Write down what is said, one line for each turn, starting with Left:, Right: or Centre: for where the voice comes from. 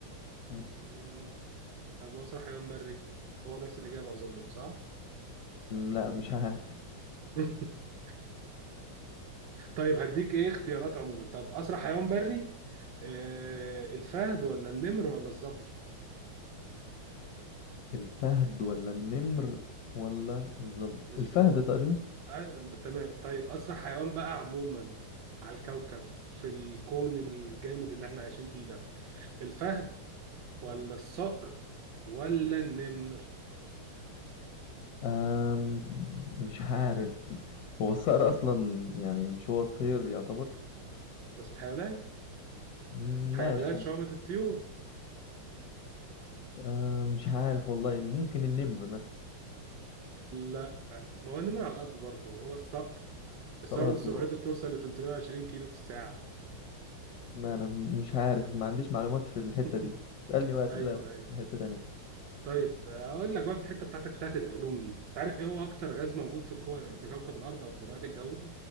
Left: مم.
Right: مم. طب وأسرع حيوان بري هو نفس الإجابة أظن صح؟
Left: م، لا مش عارف
Right: <laughs> طيب هديك إيه اختيارات عموما طب أسرع حيوان بري آه الفهد ولا النمر ولا الظبي؟
Left: الفهد ولا النمر ولا الظبي
Right: الظبي
Left: الفهد تقريبا
Right: آه، تمام طيب أسرع حيوان بقى عموما على الكوكب في الكون الجامد اللي احنا عايشين فيه ده الفهد ولا الصقر ولا النمر
Left: أم مش عارف هو الصقر أصلا يعني مش هو الطير يعتبر
Right: بس الحيوانات
Left: م،
Right: حيوانات
Left: ماشي
Right: شعبة الطيور
Left: أم مش عارف والله ممكن النمر مثلا
Right: لا ما هو النمر على الأرض برضه هو الصقر الصقر
Left: خلاص
Right: سرعته
Left: يبقى
Right: بتوصل ل 320 كيلو في الساعة
Left: لا أنا م- مش عارف ما عنديش معلومات في الحتة
Right: <laughs>
Left: دي اسألني بقى أسئلة
Right: أيوه
Left: في
Right: أيوه
Left: حتة تانية
Right: طيب أقول لك بقى في الحتة بتاعتك بتاعت العلوم دي تعرف إيه هو أكتر غاز موجود في الكو... في كوكب الأرض أو في غلاف الجوي؟